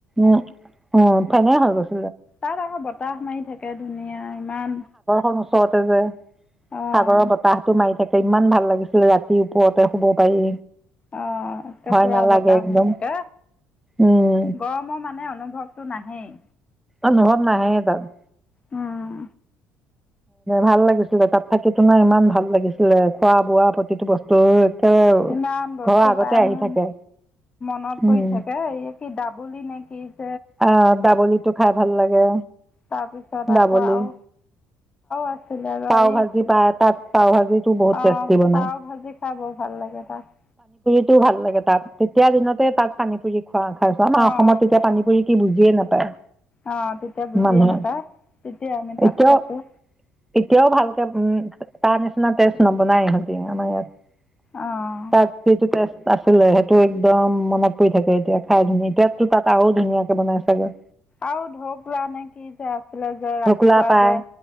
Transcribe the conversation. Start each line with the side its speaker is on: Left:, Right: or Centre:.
Centre: উ অ ফাইনেই হৈ গৈছে
Left: তাত আকৌ বৰ্ত বতাহ মাৰি থাকে ধুনীয়া ইমান
Centre: এক দম ওচৰতে যে
Left: অ'।
Centre: সাগৰৰ বতাহতো মাৰি থাকে ইমান ভাল লাগিছিলে ৰাতি ওপৰতে শুব পাৰি
Left: অ ৰাতি
Centre: ভয়
Left: পুৰা
Centre: নালাগে
Left: বতাহ
Centre: একদম
Left: হৈ থাকে
Centre: উম
Left: গৰমৰ মানে অনুভৱটো নাহেই
Centre: অনুভৱ নাহে তাত
Left: উম
Centre: ভাল লাগিছিলে তাত থাকি নাই ইমান ভাল লাগিছিলে খোৱা বোৱা প্ৰতিটো বস্তু একে
Left: ইমান বস্তু
Centre: ঘৰৰ আগতে
Left: পাই
Centre: আহি
Left: মোৰ
Centre: থাকে
Left: মনত
Centre: উম
Left: পৰি থাকে এই কি দাবলি নেকি ই
Centre: অ দাবলি তো খাই ভাল লাগে
Left: তাৰপিছত আকৌ
Centre: দাবলি
Left: আৰু অ <unintelligible>
Centre: পাও ভাজি পায় তাত পাও ভাজিটো বহুত
Left: পাও
Centre: টেষ্টি বনায়
Left: পাও ভাজি খাই বৰ ভাল লাগে তাক
Centre: কি ভাল লাগে তাত তেতিয়া দিনতে তাত পানী পুৰি খোৱা খাইছোৱা ন
Left: অ',
Centre: অসমত তেতিয়া পানী পুৰি কি বুজি বুজি নাপায়
Left: অ তেতিয়া বুজিয়ে
Centre: মানুহে
Left: নাপায়, তেতিয়াই আমি তাক
Centre: এতিয়াও
Left: কৈছোঁ
Centre: এতিয়াও ভালকে উম তাৰ নিচিনা টেষ্ট নবনাই ইহঁতি আমাৰ ইয়াত।
Left: অ',
Centre: <unintelligible> আছিলে সেইটো একদম মনত পৰি থাকে এতিয়া খাই <unintelligible> ধুনীয়াকে বনাই চাগে
Left: আৰু ঢৌ ফুৰা নে কি যে হো হো যে ৰাতিপুৱা
Centre: ঢকোলা পায়
Left: যে